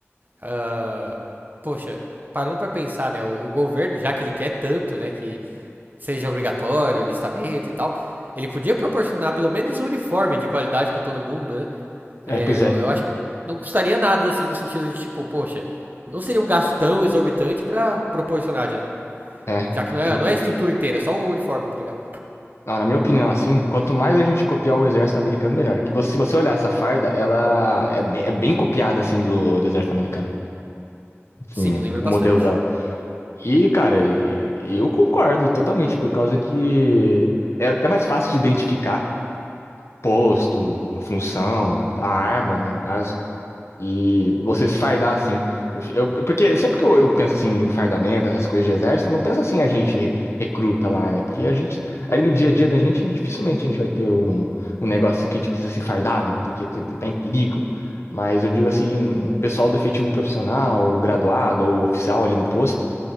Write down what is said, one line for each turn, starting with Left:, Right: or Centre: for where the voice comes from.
Right: ah, poxa, parando pra pensar, né? O, o governo, já que ele quer tanto, né, que seja obrigatório, listamento e tal, ele podia proporcionar pelo menos um uniforme de qualidade pra todo mundo, né?
Left: É,
Right: É,
Left: pois
Right: eu
Left: é.
Right: eu acho que não custaria nada, assim, no sentido de, tipo, poxa, não seria um gasto tão exorbitante pra proporcionar, já,
Left: É.
Right: já que não é,
Left: E,
Right: não é a estrutura inteira, é só o uniforme, tá ligado?
Left: não, na minha opinião, assim, quanto mais a gente copiar o exército americano, melhor. Que você- se você olhar essa farda, ela é bem, é bem copiada, assim, do, do exército americano. Sim,
Right: Sim, lembra
Left: o
Right: bastante.
Left: modelo dela. E, cara, e- eu concordo totalmente, por causa que é até mais fácil de identificar posto, a função, a arma, né, no caso. E você se fardar assim. Eu, fi- eu- porque sempre que eu, eu penso assim em fardamento, essas coisas de exército, eu não penso assim a gente recruta lá, né? Porque a gente, ali no dia a dia da gente, dificilmente a gente vai ter um, um negócio assim que a gente precisa se fardar, não, porque tem- tá em perigo. Mas eu digo assim, o pessoal do efetivo profissional, o graduado ou o oficial ali no posto.